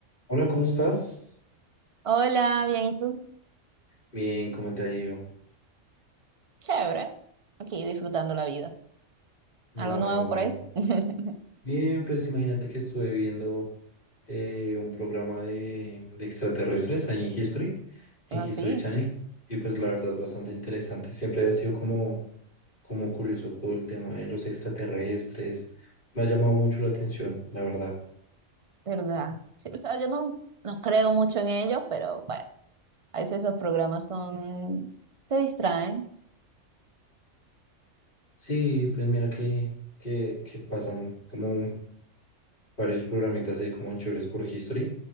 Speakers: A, on the left; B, on the right.
A: Hola, ¿cómo estás?
B: Hola, bien, ¿y tú?
A: Bien, ¿cómo te ha ido?
B: Chévere. Aquí disfrutando la vida.
A: No,
B: ¿Algo nuevo
A: bueno.
B: por ahí? <laughs>
A: Bien, pues imagínate que estuve viendo eh, un programa de, de extraterrestres ahí en History, en
B: Así,
A: History Channel, y pues la verdad es bastante interesante. Siempre ha sido como, como curioso todo el tema de los extraterrestres. Me ha llamado mucho la atención, la verdad.
B: ¿verdad? Sí, o sea, yo no, no creo mucho en ellos, pero bueno, a veces esos programas son... te distraen.
A: Sí, pues mira que, que, que pasan como varios programitas ahí como chéveres por History,